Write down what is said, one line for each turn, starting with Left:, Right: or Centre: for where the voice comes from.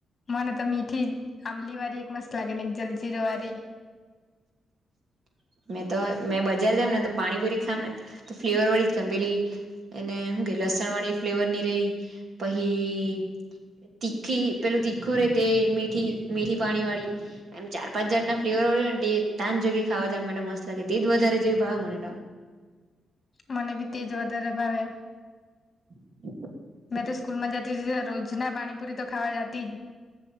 Left: મને તો મીઠી આંમલી વા એક મસ્ત લાગે એક જલજીીરો વા.
Right: <inaudible> મેં તો મેં બજાર જામ ને તો પાણીપુરી ખામ ને તો ફ્લેવર વળી જ ખામ પેલી એને શ કે લસણ વાળી ફ્લેવર ની રહી પછી તીખી પેલું તીખું રે તે મીઠી મીઠી પાણી વાળી એમ ચાર પાંચ હજાર ના ફ્લેવર તજગી ખાવા જ મસલા કેજ વધારે જેવી ભાવ મને
Left: મને બી તેજ વધારે ભાવે
Right: <inaudible>
Left: મેં તો સ્કૂલ માં જતી હતી રોજ ના પાણીપુરી તો ખાવા જતી જ